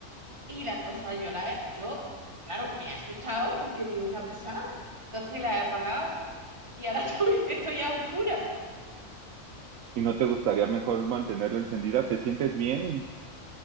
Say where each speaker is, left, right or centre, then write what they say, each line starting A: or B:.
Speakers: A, on the right; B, on the right.
A: Y la, o sea, yo la he, yo, claro, me he asustado porque digo, ¿qué ha pasado? Entonces la he apagado y ahora <laughs> estoy, estoy a oscuras.
B: ¿Y no te gustaría mejor mantenerla encendida? ¿Te sientes bien?